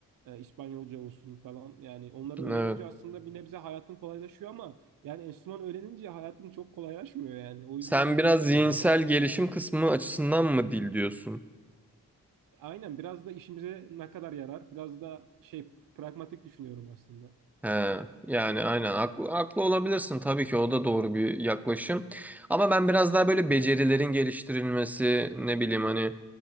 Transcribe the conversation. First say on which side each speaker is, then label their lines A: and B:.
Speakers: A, on the right; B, in the centre.
A: e, İspanyolca olsun falan yani onları
B: Evet.
A: öğrenince aslında bir nebze hayatın kolaylaşıyor ama yani enstrüman öğrenince hayatın çok kolaylaşmıyor yani o
B: Sen
A: yüzden
B: biraz
A: bilemedim
B: zihinsel
A: ya.
B: gelişim kısmı açısından mı dil diyorsun?
A: Aynen biraz da işimize ne kadar yarar? Biraz da şey pragmatik düşünüyorum aslında.
B: He, yani aynen haklı, haklı olabilirsin tabii ki o da doğru bir yaklaşım. Ama ben biraz daha böyle becerilerin geliştirilmesi ne bileyim hani